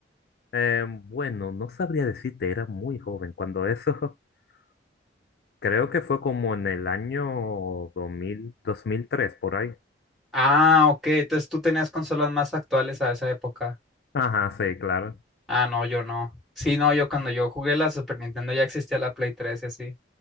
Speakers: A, on the left (about 60°); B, in the centre.
A: Eh, bueno, no sabría decirte, era muy joven cuando eso, <laughs> creo que fue como en el año dos dos mil dos mil tres por ahí.
B: Ah, ok. Entonces tú tenías consolas más actuales a esa época.
A: Ajá, sí, claro.
B: Ah, no, yo no. Sí, no, yo cuando yo jugué la Super Nintendo ya existía la Play 3 y así.